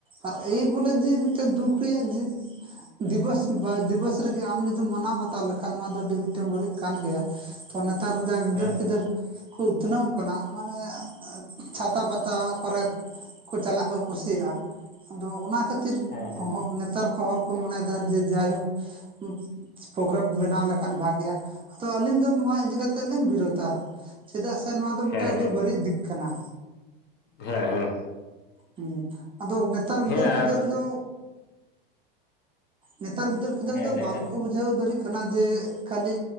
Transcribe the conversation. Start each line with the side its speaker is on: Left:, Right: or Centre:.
Right: ᱟᱨ ᱮᱭ ᱵᱚᱞᱮ ᱡᱮ ᱢᱤᱫᱴᱮᱡ ᱫᱩᱠ ᱨᱮᱭᱟᱜ ᱡᱮᱼᱼ ᱫᱤᱵᱚᱥ ᱵᱟ ᱫᱤᱵᱚᱥ ᱨᱮᱜᱮ ᱟᱢ ᱡᱩᱫᱤᱢ ᱢᱟᱱᱟᱣ ᱵᱟᱛᱟᱣ ᱞᱮᱠᱷᱟᱱ ᱱᱚᱣᱟ ᱫᱚ ᱟᱹᱰᱤ ᱢᱤᱫᱴᱟᱱ ᱵᱟᱹᱲᱤᱡ ᱠᱟᱱ ᱜᱮᱭᱟ ᱾ ᱛᱚ ᱱᱮᱛᱟᱨ ᱡᱟ ᱜᱤᱫᱟᱹᱨ
Left: ᱦᱮᱸ
Right: ᱯᱤᱫᱟᱹᱨ ᱠᱚ ᱩᱛᱱᱟᱹᱣᱼᱼ ᱠᱟᱱᱟ ᱢᱟᱱᱮ ᱮᱸ ᱪᱷᱟᱛᱟ ᱯᱟᱛᱟ ᱠᱚᱨᱮ ᱠᱚ ᱪᱟᱞᱟᱜ ᱠᱚ ᱠᱩᱥᱤᱭᱟᱜᱼᱟ ᱾ ᱟᱫᱚ ᱚᱱᱟ ᱠᱷᱟᱹᱛᱤᱨ
Left: ᱦᱮᱸ ᱦᱮᱸ
Right: ᱦᱚᱸ ᱱᱮᱛᱟᱨ ᱠᱚ ᱦᱚᱲ ᱠᱚ ᱢᱚᱱᱮᱭᱮᱫᱟ ᱡᱮ ᱡᱟᱭᱦᱳᱠᱼᱼ ᱩᱸ ᱯᱨᱳᱜᱨᱟᱢ ᱵᱮᱱᱟᱣ ᱞᱮᱠᱷᱟᱱ ᱵᱷᱟᱜᱮᱜᱼᱟ ᱾ ᱛᱚ ᱟᱹᱞᱤᱧ ᱫᱚ ᱱᱚᱣᱟ ᱤᱫᱤ ᱠᱟᱛᱮᱜ ᱞᱤᱧ ᱵᱤᱨᱳᱫᱟ, ᱪᱮᱫᱟᱜ ᱥᱮ ᱱᱚᱣᱟ ᱫᱚ ᱢᱤᱫᱴᱟᱝ
Left: ᱦᱮᱸ
Right: ᱟᱹᱰᱤ ᱵᱟᱹᱲᱤᱡ ᱫᱤᱠ ᱠᱟᱱᱟ ᱾
Left: ᱦᱮᱸ ᱦᱮᱸ ᱾
Right: ᱦᱩᱸ, ᱟᱫᱚ ᱱᱮᱛᱟᱨ ᱜᱤᱫᱟᱹᱨ
Left: ᱦᱮᱸ
Right: ᱯᱤᱫᱟᱹᱨ
Left: ᱟᱨ
Right: ᱫᱚᱼᱼ ᱱᱮᱛᱟᱨ ᱜᱤᱫᱟᱹᱨ ᱯᱤᱫᱟᱹᱨ
Left: ᱦᱮᱸ
Right: ᱫᱚ
Left: ᱞᱟᱹᱭ
Right: ᱵᱟᱝᱠᱚ
Left: ᱵᱮᱱ
Right: ᱵᱩᱡᱷᱟᱹᱣ ᱫᱟᱲᱮᱜ ᱠᱟᱱᱟ ᱡᱮ ᱠᱷᱟᱹᱞᱤᱼᱼ